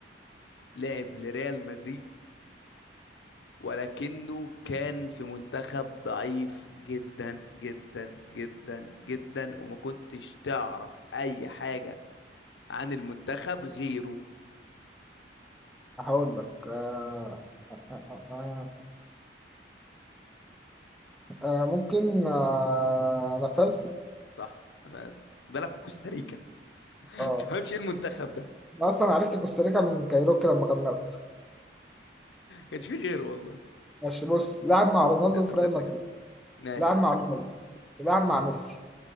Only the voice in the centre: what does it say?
هقول لك آه،
آه، آه، آه، آه، آه، آه، ممكن آه، انا فاز
اه
انا اصلا عرفت كوستاريكا من كايروكي لما غنى لها
ماشي بص لعب مع رونالدو
في
ريال مدريد
لعب مع رونالدو لعب مع ميسي